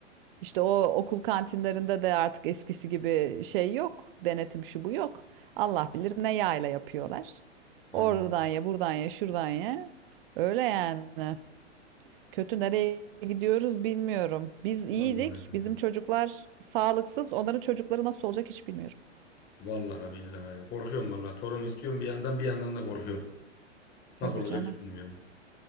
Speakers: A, on the right (about 50°); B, on the left (about 30°).
A: işte o okul kantinlerinde de artık eskisi gibi şey yok. Denetim şu bu yok. Allah bilir ne yağla yapıyorlar. Oradan
B: Aman.
A: ye, buradan ye, şuradan ye. Öyle yani. Kötü nereye gidiyoruz bilmiyorum. Biz
B: Vallahi
A: iyiydik.
B: kadın.
A: Bizim çocuklar sağlıksız. Onların çocukları nasıl olacak hiç bilmiyorum.
B: Vallahi billahi. Korkuyorum vallahi. Torun istiyorum bir yandan bir yandan da korkuyorum.
A: Tabii
B: Nasıl olacak
A: canım.
B: hiç bilmiyorum.